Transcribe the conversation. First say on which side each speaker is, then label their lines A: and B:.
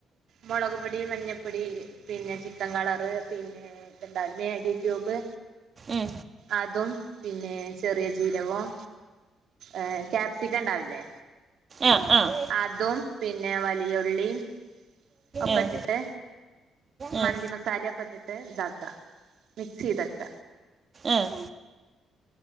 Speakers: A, on the right; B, on the right.
A: മൊളക്പൊടി, മഞ്ഞപ്പൊടി പിന്നെ ചിക്കൻ കളറ് പിന്നെ എ ഇത്ണ്ടാവൂലെ മാഗി ക്യൂബ്
B: ഉം
A: അതും പിന്നെ ചെറിയ ജീരകും എ ക്യാപ്സിക്കണ്ടാവില്ലേ
B: ആഹ് ആഹ്
A: അതും പിന്നെ വലിയുള്ളീം ഒക്കെട്ട്ട്ട്
B: ഉം, ഉം,
A: മന്തി മസാലൊക്കെ ഇട്ട്ട്ട് ഇതാക്കാ മിക്സെയ്തെക്ക
B: ആഹ്